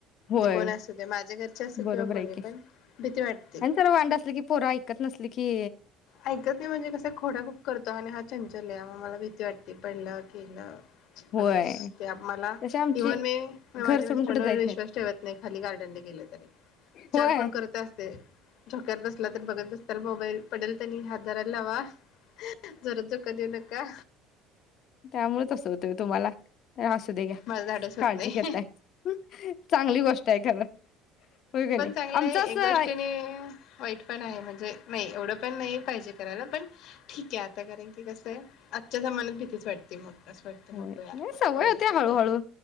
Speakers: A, on the left; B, on the left.
A: होय
B: जे कोण असू ते माझ्या घरचे असो
A: बरोबर
B: किंवा कोणी.
A: आहे की
B: भीती वाटते
A: आणि जरा वांड असलं की पोरं ऐकत नसली की
B: ऐकत नाही म्हणजे कस खोड्या खूप करतो अन् हा चंचल हे हा मला भीती वाटते पडला केला. नकोस
A: होय
B: ते आ मला
A: तशी आमची
B: इव्हन मी मी
A: घर
B: माझ्या मिस्टरांवर
A: सोडून कुठे जायत
B: विश्वास
A: नाहीत
B: ठेवत नाही खाली गार्डन गेले तरी. चार
A: होय
B: फोन करत असते झोक्यात बसला तर बघत बसताल मो बैल पडेल त्यांनी हात धरायला लावा जोरात झोका द्यून का?
A: त्यामुळं तसं होतंय हो तुम्हाला या असू दे घ्या
B: माझं धाडस होत
A: काळजी
B: नाही
A: घेेताय चांगली गोष्ट हे खरं होय का नाही.
B: चांगलय
A: आमचं असं
B: एक गोष्टीने वाईट पण आहे म्हणजे नाही एवढं पण नाही पाहिजे करायला पण ठीकय आता कारण की कसं हे आजच्या जमान्यात भीतीच वाटते मग. असं वाटतं
A: होय,
B: नको यार
A: नाही सवय
B: कोणासाठी
A: होते हळूहळू